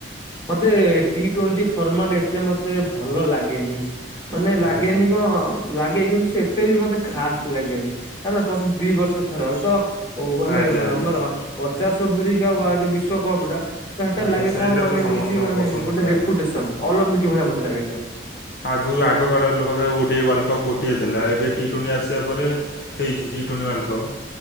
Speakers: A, on the left; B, on the left.
A: ମତେ ଟି ଟ୍ୱେଣ୍ଟି ଫର୍ମାଟ ଏତେ ମତେ ଭଲ ଲାଗେନି। ମାନେ ଲାଗେନି
B: ଆଜ୍ଞା
A: କଣ ଲାଗେ କିନ୍ତୁ ସେ ଏତେ ବି ମତେ ଖାସ୍ ଲାଗେନି <unintelligible> ପ୍ରତି ଦି ବର୍ଷରେ ଥରେ ଆଉ ତ ଓଉ ମାନେ
B: ଆଜ୍ଞା ଆଜ୍ଞା
A: ଆମର ପଚାଶ ଓଭୋରିକା ବା ଯୋଉ ବିଶ୍ଵକପ୍ ଟା ତ ହେଟା
B: ଆଜ୍ଞା
A: ଲାଗେ
B: ସେଇଟା
A: କଣ ମାନେ
B: ତ ସମସ୍ତଙ୍କ
A: ହଉଚି ମାନେ
B: ପସନ୍ଦ
A: ଗୋଟେ
B: ପ୍ରାୟ।
A: ରେପୁଟେସନ ଅଲମ୍ପିକ ଭଳିଆ ମତେ ଲାଗେ ହେଟାକୁ।
B: ଆଗୁରୁ ଆଗ କାଳ ରେ ଲୋକ ଯୋଉ ଡି ୱାଲ୍ କପ୍ ଗୋ ଟିଏ ଥିଲା ଏବେ ଟି ଟ୍ୱେଣ୍ଟି ଆସିବା ପରେ ହେଇଚି ଟି ଟ୍ୱଣ୍ଟି ୱାର୍ଲଡ଼ କପ୍।